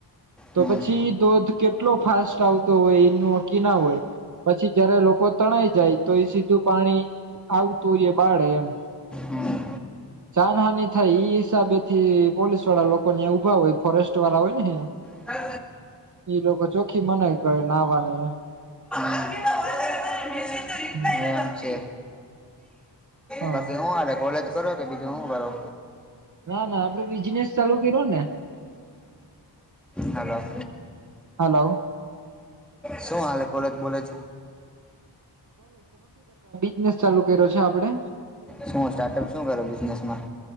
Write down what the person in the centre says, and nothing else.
હમ
હમ
એમ
હમ
એમ છે
બાકી શું હલે કોલેજ કરો કે બીજું હું બરો?
હલો
શું હાલે કોલેજ બોલેજ
શું સ્ટાર્ટઅપ શું કરે બિઝનેસમાં